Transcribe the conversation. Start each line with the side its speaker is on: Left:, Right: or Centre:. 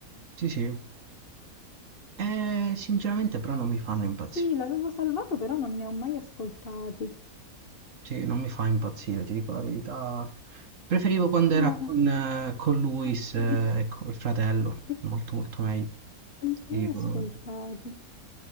Right: Sì, sì. Eh, sinceramente però non mi fanno impazzire.
Left: Sì, l'avevo salvato, però non ne ho mai ascoltati.
Right: Sì, non mi fa impazzire, ti dico la verità. Preferivo quando
Left: No,
Right: era con, eh, con Luis,
Left: non
Right: eh, ecco, il fratello,
Left: ne
Right: molto molto meglio.
Left: ho
Right: Ti
Left: mai
Right: dico-
Left: ascoltati.